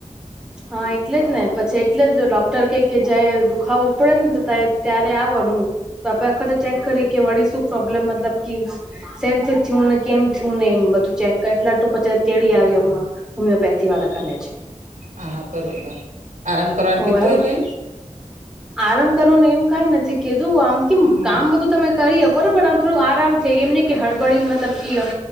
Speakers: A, in the centre; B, on the right (about 75°).
A: હા, એટલે જ ને પછી એટલે જ ડોક્ટર ક કે જ દુખાવો ઉપડે ને તો ત્યા-ત્યારે આવાનું. તો આપડા ખાતે ચેક કરી કે વળી શું પ્રોબ્લેમ મતલબ કિસ સેમ થયું ને કેમ થયું ને એમ બધું ચેક એટલા ટું પછી તેડી આવ હમણાં. હોમિયોપેથી વાળા કર છે.
B: હા હા બરોબર આરામ કરવાનું
A: હોવે
B: કીધુંય કઈ.
A: આરામ કરવાનું એમ કઈ નથી કીધું આમ કેમ
B: હા
A: કામ બધું તમે કરી ખ પણ આમ. થોડ આરામ થ એમને કે હડ બડી મતલબ કેમ.